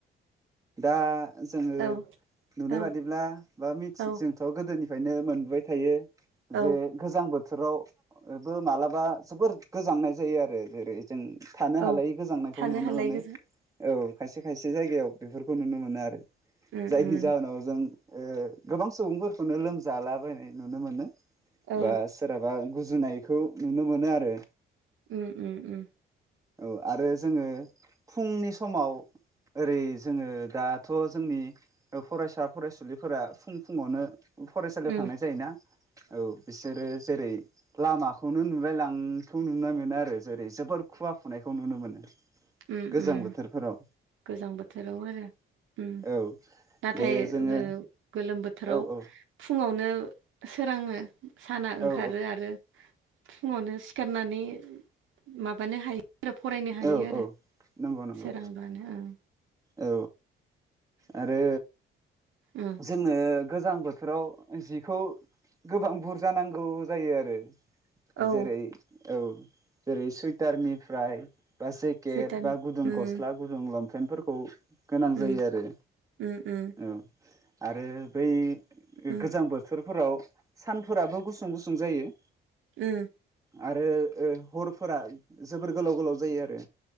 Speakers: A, on the right; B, on the right.
A: दा जोङो
B: औ
A: नुनाय
B: औ
A: बादिब्ला बा मिथि
B: औ
A: जोंथ' गोदोनि। फ्रायनो मोनबोबाय थायो
B: औ
A: जे गोजां बो थोरावबो मालाबा जोबोर गोजांनाय जायो आरो जेरै-। जों थानो
B: औ
A: हालायै गोजांनायखौ
B: थानो
A: नुनो
B: हालाय
A: मोनो
B: गोजा
A: औ खायसे खायसे जायगायाव। बेफोरखौ नुनो मोनो आरो
B: उम
A: जायनि
B: उम
A: जाहोनाव जों। ओ गोबां सुबुंफोरखौनो लोमजालाबायनाय नुनो मोनो
B: औ
A: बा सोरहाबा गुज जुनायखौ नुनो मोनो आरो।
B: उम-उम-उम।
A: औ आरो जोङो फुंनि समाव ओरै जोङो दाथ' जोंनि फरायसा फरायसुलिफोरा फुं फुङावनो फरायसालियाव
B: उम
A: थांनाय जायोना औ बिसोरो जेरै लामाखौनो नुलायलांखौ नुनो मोनो आरो जेरै जोबद खुवा खुनायखौ नुनो मोनो
B: ओम
A: गोजां
B: ओम
A: बोथोरफोराव
B: गोजां बोथोराव आरो ओम
A: औ
B: नाथाय
A: दे जोङो
B: गोलोम बोथोराव
A: औ औ
B: फुङावनो सोराङो साना ओंखारो
A: औ
B: आरो फुङावनो सिखारनानै माबानो हायो आरो फरायनो हायो
A: औ
B: आरो
A: औ नंगौ नंगौ
B: सोरांबानो ओं
A: औ आरो
B: उम
A: जोङो गोजां बोथोराव जिखौ गोबां बुरजा नांगौ जायो आरो
B: औ
A: जेरै औ जेरै सुइटारनिफ्राय बा जेकेट
B: सुइटारनि
A: बा गुदुं
B: उम
A: गस्ला गुदुं लंपेन्ट फोरफोरखौ गोनां जायो
B: उम
A: आरो
B: उम उम
A: औ आरो बै
B: उम
A: गोजां बोथोरफोराव सानफोराबो गुसुं गुसुं जायो
B: उम
A: आरो हरफोरा जोबोर गोलाव गोलाव जायो आरो